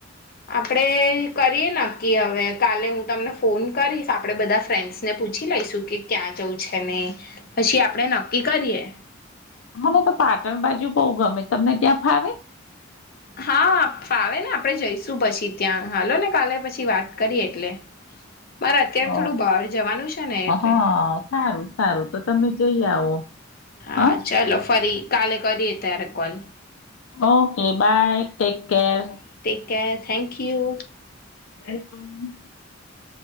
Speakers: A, on the left; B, on the left.
A: આપણેે કરીએ નક્કી હવે કાલે હું તમને ફોન કરીશ આપણે બધા ફ્રેન્ડ્સને પૂછી લઈશું કે ક્યાં જઉં છે ને પછી આપણે નક્કી કરીએ
B: મને તો પાટણ બાજુ બહઉ ગમે તમને ત્યાં ફાવે
A: હા ફાવે ને આપણે જઈશું પછી ત્યાં હાલો ને કાલે પછી વાત કરી એટલે મારે અત્યારે
B: ઓ
A: થોડું બહાર જવાનું છે ને એટલે
B: હા સારું સારું તો તમે જઈ આવો
A: હા
B: હ
A: ચાલો ફરી કાલે કરીએ તેરેકોલ
B: okay bye take care
A: okay thank you
B: <inaudible>